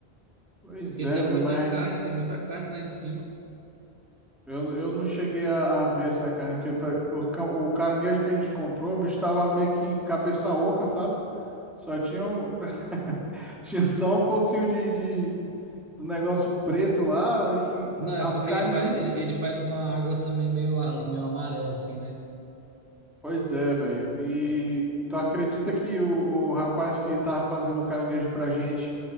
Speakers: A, in the centre; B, on the right (about 55°).
A: Pois
B: Porque
A: é,
B: tem
A: velho,
B: muita
A: mas...
B: carne, tem muita carne lá em cima.
A: Eu, eu não cheguei a, a ver essa carne, porque pra- o, ca- o caranguejo que a gente comprou, o bicho tava meio que cabeça oca, sabe? Só tinha, um- <laughs> tinha só um pouquinho de, de- do negócio preto lá e
B: Não,
A: as
B: é porque
A: carnes
B: ele faz,
A: mesmo.
B: ele, ele faz uma água também meio, a- meio amarela, assim, né?
A: Pois é, velho. E tu acredita que o, o rapaz que tava fazendo o caranguejo pra gente,